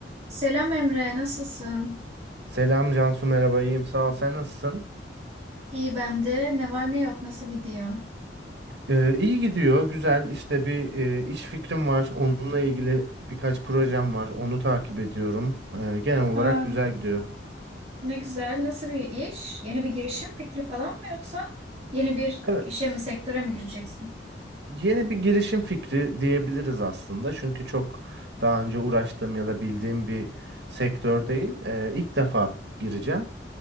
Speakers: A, on the right; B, on the right.
A: Selam Emre, nasılsın?
B: Selam Cansu merhaba iyiyim sağ ol sen nasılsın?
A: İyi ben de. Ne var ne yok, nasıl gidiyor?
B: Ee, iyi gidiyor güzel işte bir e, iş fikrim var onunla ilgili birkaç projem var onu takip ediyorum Ee, genel
A: Aa,
B: olarak güzel gidiyor.
A: ne güzel. Nasıl bir iş? Yeni bir girişim fikri falan mı yoksa yeni bir
B: Evet
A: işe mi, sektöre mi gireceksin?
B: yeni bir girişim fikri diyebiliriz aslında çünkü çok daha önce uğraştığım ya da bildiğim bir sektör değil Ee, ilk defa gireceğim.